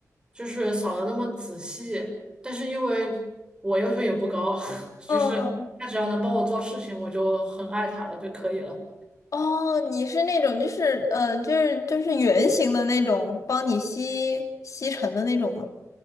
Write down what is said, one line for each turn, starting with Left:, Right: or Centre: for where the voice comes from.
Right: 就是扫的那么仔细，但是因为我要求也不高，<laughs> 就是他只要能帮我做事情，
Left: 嗯，
Right: 我就很爱他了就可以了。
Left: 哦，你是那种就是呃，就是就是圆形的那种，帮你吸吸尘的那种吗？